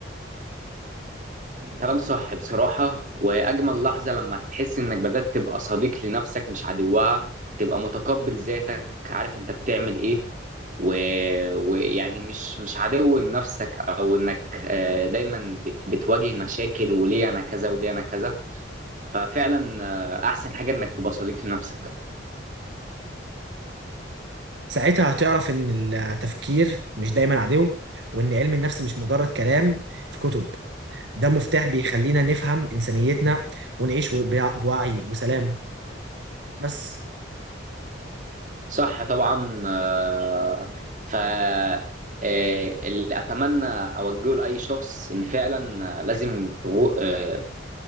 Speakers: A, on the right; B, on the right.
A: كلام صح بصراحة وأجمل لحظة لما تحس إنك بدأت تبقى صديق لنفسك مش عدوها تبقى متقبل ذاتك عارف أنت بتعمل إيه و... ويعني مش مش عدو لنفسك أو إنك آه، دايما بت... بتواجه مشاكل وليه أنا كذا وليه أنا كذا ففعلا آه، أحسن حاجة إنك تبقى صديق لنفسك
B: ساعتها هتعرف ان التفكير مش دايما عدو وان علم النفس مش مجرد كلام في كتب ده مفتاح بيخلينا نفهم إنسانيتنا ونعيش بوعي وسلام بس
A: صح طبعا آه، ف آه، اللي أتمنى أوجهه لأي شخص إن فعلا آه، لازم تغو... آه،